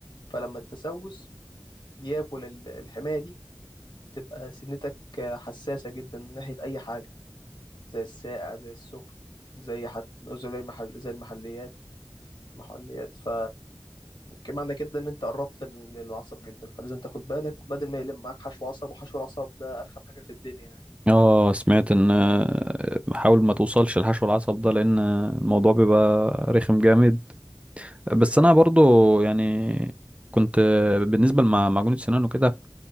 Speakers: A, on the left; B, on the right.
A: فلما التسوس بياكل ال- الحماية دي تبقى سنتك حساسة جدا ناحية أي حاجة زي الساقع زي السخن زي حت... زي المحل... زي المحليات محليات ف كمان عندك كده ان انت قربت لل- للعصب جدا فلازم تاخد بالك بدل ما يلم معاك حشو عصب وحشو العصب ده ارخم حاجه في الدنيا يعني
B: اه سمعت ان آه، حاول ما توصلش الحشو العصب ده لان الموضوع بيبقى رخم جامد بس انا برضو يعني كنت آه، بالنسبه لمعجون السنان وكده